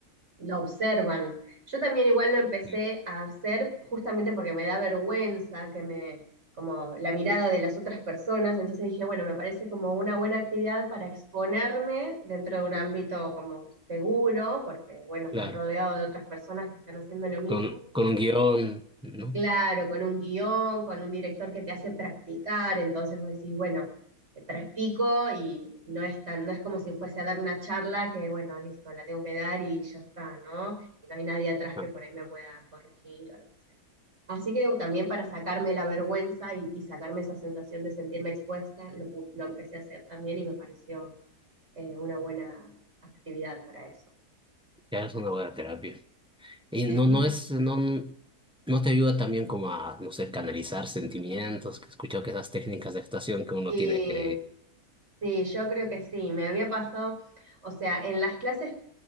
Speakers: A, on the right; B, in the centre.
A: lo observan. Yo también igual lo empecé
B: Mm.
A: a hacer justamente porque me da vergüenza que me, como la mirada de las otras personas, entonces dije, bueno, me parece como una buena actividad para exponerme dentro de un ámbito como seguro, porque bueno, estás
B: Claro,
A: rodeado de otras personas que están haciendo lo mismo.
B: con, con un guión, ¿no?
A: Claro, con un guión, con un director que te hace practicar, entonces vos decís, bueno, eh, practico y no es tan, no es como si fuese a dar una charla que, bueno, listo, la tengo que dar y ya está, ¿no? Y no hay nadie atrás
B: Ah,
A: que por ahí me pueda corregir o lo que sea. Así que también para sacarme la vergüenza y, y sacarme esa sensación de sentirme expuesta, lo, pu- lo empecé a hacer también y me pareció eh, una buena actividad para eso.
B: Ya es una buena terapia. Y
A: <laughs>
B: no, no es, no, no te ayuda también como a, no sé, canalizar sentimientos, que he escuchado que esas técnicas de actuación que uno
A: Sí,
B: tiene que...
A: sí, yo creo que sí. Me había pasado, o sea, en las clases